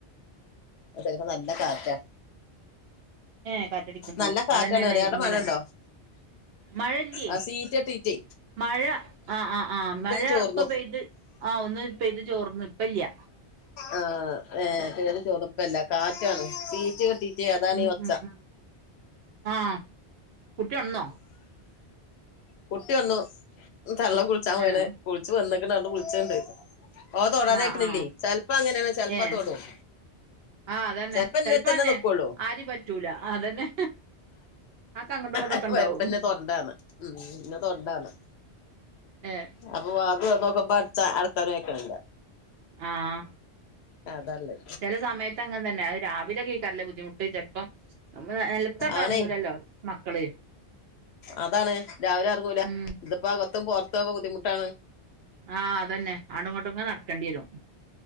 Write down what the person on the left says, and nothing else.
കൊർച്ചോരപ്പം നല്ല കാറ്റാ
നല്ല കാറ്റാണ്
പറയ അവിടെ
മഴെണ്ടോ
ആ സീറ്റെട്ടീട്ടെ
ചോർന്നു
ആഹ് ഏഹ് പെയ്ത് തോർന്ന് ഇപ്പില്ല കാറ്റാണ് സീറ്റ് കെട്ടീട്ടേ അതാണ്
ഈ ഒച്ച
കുട്ടി ഒന്നു തള്ള കുളിച്ചാൻ പോയ്ണ്
കുളിച്ച് വന്ന്ക്ക്ണ് <unintelligible> ഓൻ തൊടാനയ്ക്കണില്ലേ
ചെൽപ്പം അങ്ങനെണ് ചെലപ്പ
തൊടും
ചെലപ്പോ എന്നെ
തന്നെ നിക്കുള്ളൂ
അത്
കൊഴപ്പില്ല തൊടണ്ടാന്ന് ഉം ഇന്നെ തൊടണ്ടാന്ന്
അപ്പ വാതില് തെർന്നോക്കുമ്പോ അടിച്ച അടക്കാനും അയ്ക്കണില്ല
അതാള്ളെ
ആണേ
അതാണ് രാവിലെ എർങ്ങൂല
ഇതിപ്പോ അകത്തും പൊറത്തോക്കെ ബുദ്ധിമുട്ടാണ്